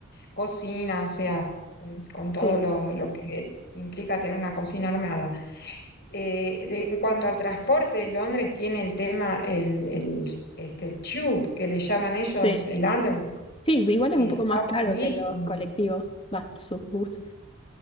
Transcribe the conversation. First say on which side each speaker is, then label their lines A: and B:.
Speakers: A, on the left; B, on the left.
A: cocina, o sea, con, con todo
B: Sí,
A: lo,
B: sí.
A: lo que implica tener una cocina armada. Eh, de- en cuanto al transporte, Londres tiene el tema, el, el, este, el tube, que le llaman ellos
B: Sí.
A: el underground,
B: Sí, igual
A: que
B: es un poco
A: está
B: más caro
A: buenísimo.
B: que los colectivos, va, sus buses.